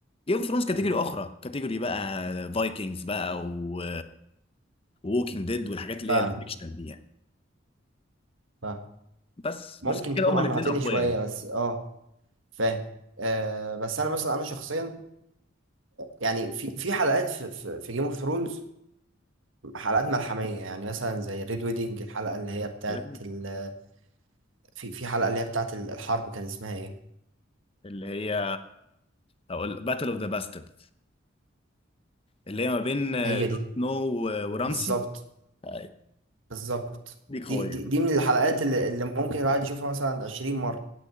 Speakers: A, on the left; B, on the right.
A: جيم اوف ثرونز كاتيجوري
B: مم.
A: اخرى كاتيجوري بقى فايكنجز بقى و ووكينج ديد والحاجات اللي
B: فاهم
A: هي الفيكشنال دي يعني
B: فاهم
A: بس
B: ممكن
A: بس كده
B: تكون
A: كده هما
B: اقنعتني
A: الاثنين اقوياء
B: شويه
A: يعني
B: بس اه فاهم آه بس انا مثلا انا شخصيا يعني في في حلقات في في, في جيم اوف ثرونز حلقات ملحمية يعني مثلا زي ريد ويدنج الحلقة اللي هي بتاعت
A: كده كده.
B: ال... في في حلقة اللي هي بتاعت ال- الحرب كان اسمها ايه
A: اللي هي هقول باتل اوف ذا باسترد اللي هي ما بين آه،
B: هي
A: جون
B: دي
A: سنو و- ورامسي
B: بالظبط
A: آه،
B: بالظبط
A: دي قويه
B: دي, دي دي من الحلقات اللي, اللي ممكن الواحد يشوفها مثلا 20 مرة